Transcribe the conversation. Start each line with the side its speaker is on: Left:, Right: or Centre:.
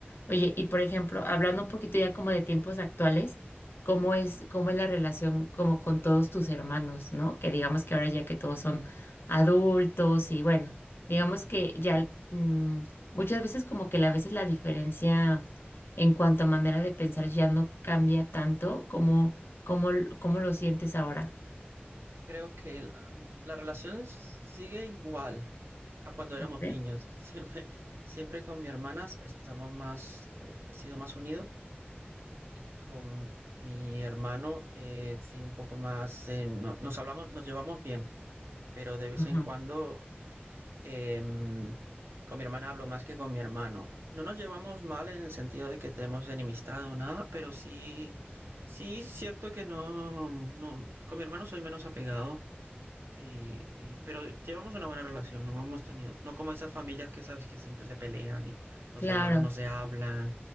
Left: Oye, y por ejemplo, hablando un poquito ya como de tiempos actuales, ¿cómo es, cómo es la relación como con todos tus hermanos, ¿no? Que digamos que ahora ya que todos son adultos y bueno, digamos que ya mm, muchas veces como que la- a veces la diferencia en cuanto a manera de pensar ya no cambia tanto como, como, como lo sientes ahora.
Right: Creo que la, la relación s- sigue igual a cuando éramos
Left: ¿ok?
Right: niños. <laughs> Siempre, siempre con mi hermana estamos más, eh, he sido más unido y con mi hermano eh, sí un poco más, eh, no- nos hablamos, nos llevamos bien, pero de vez
Left: Ajá.
Right: en cuando Em, con mi hermana hablo más que con mi hermano. No nos llevamos mal en el sentido de que tenemos enemistad o nada, pero sí, sí, es cierto que no, no, con mi hermano soy menos apegado. Y, y- pero llevamos una buena relación, no hemos tenido, no como esas familias que sabes que siempre se pelean y los
Left: Claro,
Right: hermanos no se hablan,